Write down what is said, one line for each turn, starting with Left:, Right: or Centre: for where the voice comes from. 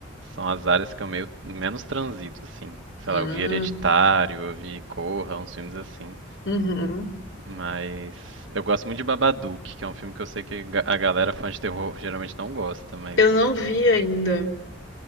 Right: são as áreas que eu meio menos transito, assim. Sei
Left: Ah,
Right: lá, eu vi Hereditário, eu vi Corra, uns filmes assim.
Left: uhum.
Right: Mas gosto muito de Babadook, que é um filme que eu sei que ga- a galera fã de terror geralmente não gosta, mas
Left: Eu não vi ainda.